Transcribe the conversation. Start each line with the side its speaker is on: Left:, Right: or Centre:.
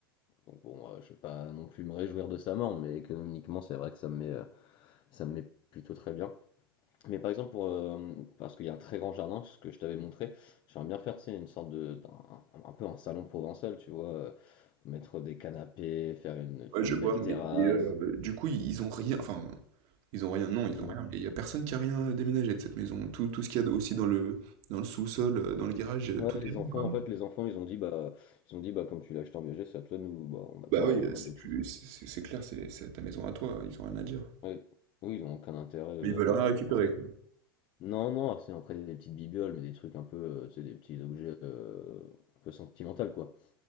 Left: Donc bon, euh, je vais pas non plus me réjouir de sa mort, mais économiquement, c'est vrai que ça me met, euh, ça me met plutôt très bien. Mais par exemple, pour, euh, parce qu'il y a un très grand jardin, ce que je t'avais montré, j'aimerais bien faire, tu sais, une sorte de, d'un- un, peu un salon provençal, tu vois, euh, mettre des canapés, faire une, faire
Right: Ouais, je
Left: une
Right: vois,
Left: belle
Right: mais,
Left: terrasse.
Right: mais, euh, du coup, ils ils ont rien... Enfin, ils ont rien, non, ils
Left: Dis-moi.
Right: ont rien. Mais il y a personne qui a rien déménagé de cette maison. Tout, tout ce qu'il y a aussi dans le, dans le sous-sol, euh, dans le garage, euh,
Left: Ouais,
Right: tout
Left: les
Right: est là
Left: enfants,
Right: encore.
Left: en fait, les enfants, ils ont dit, bah, ils ont dit, bah, comme tu l'as acheté en viager, c'est à toi, nous, bah, on n'a
Right: Bah
Left: pas,
Right: oui,
Left: on
Right: euh, c'est
Left: a d'autres
Right: plus,
Left: choses.
Right: c'est c'est- c'est clair, c'est c'est ta maison à toi, hein, ils ont rien à dire.
Left: Ouais. Oui, ils ont aucun intérêt euh,
Right: Mais ils veulent
Left: à,
Right: rien
Left: te-
Right: récupérer,
Left: enfin, à tout.
Right: quoi.
Left: Non, non, c'est après des petites bibioles, mais des trucs un peu, euh, tu sais, des petits objets euh, un peu sentimentaux, quoi.